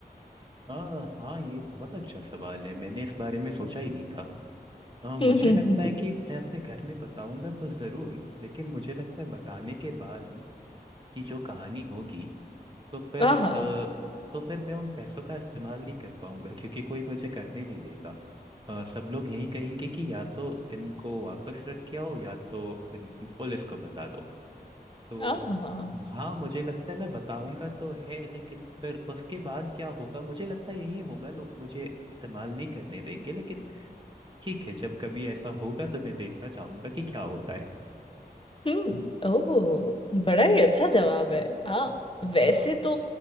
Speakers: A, on the right; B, on the left.
A: हाँ हाँ ये बहुत अच्छा सवाल है मैंने इस बारे में सोचा ही नहीं था हाँ मुझे
B: <laughs> हम्म
A: लगता है कि मैं अपने घर में बताऊंगा तो जरूर लेकिन मुझे लगता है बताने के बाद की जो कहानी होगी तो फिर
B: आहा
A: अ, तो फिर मैं उन पैसों का इस्तेमाल नहीं कर पाऊंगा क्योंकि कोई मुझे करने नहीं देगा अ, सब लोग यही कहेंगे कि या तो इनको वापस रख के आओ या तो इन, इन पुलिस को बता दो तो
B: आहा
A: हाँ मुझे लगता है मैं बताऊंगा तो है लेकिन फिर उसके बाद क्या होगा मुझे लगता है यही होगा लोग मुझे इस्तेमाल नहीं करने देंगे लेकिन ठीक है जब कभी ऐसा होगा तो मैं देखना चाहूंगा कि क्या होता है
B: हम्म ओह बड़ा ही अच्छा जवाब है हाँ वैसे
A: हाँ
B: तो